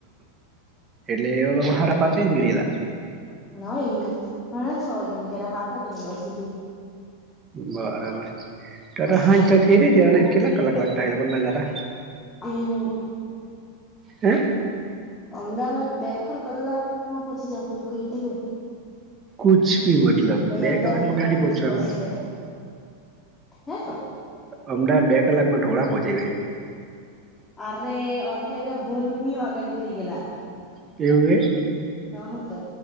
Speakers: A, on the right; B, on the left.
A: એટલે એનલોકો હારા પાચે નીડીલા.
B: ના એ હાડા છ વાગે નીકળા હાથ વાગે ની બસ ઉઠી.
A: બરાબર તાદા
B: પણ
A: હાદ ઇટી ત્યાં ન ને કેટલા કલાક લાગતા એ લોકો ગ નાદા.
B: અ એનું
A: હે
B: અમદાવાદ બે ખણ કલાકમાં પોહોંચી જહ હું કઈ કીધું.
A: કુછ ભી મતલબ
B: પાઈ
A: બે
B: અમદાવાદ
A: કલાકમાં
B: થી
A: ગાંડી
B: પાઈ બીજી
A: પહોંચવાના
B: બસ છે. હે?
A: અમદાવાદ બે કલાક માં થોડા પહોંચે કઈ.
B: અરે અત્યારે ભરૂચ ની આગળ નીકળી ગેલા.
A: કેવું એ.
B: ત હ તો